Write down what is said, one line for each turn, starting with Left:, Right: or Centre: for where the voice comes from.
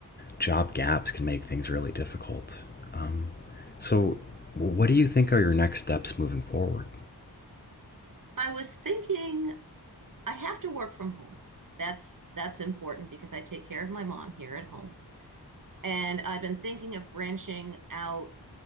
Left: job gaps can make things really difficult. Um, so, what do you think are your next steps moving forward?
Right: I was thinking I have to work from home. That's that's important because I take care of my mom here at home. And I've been thinking of branching out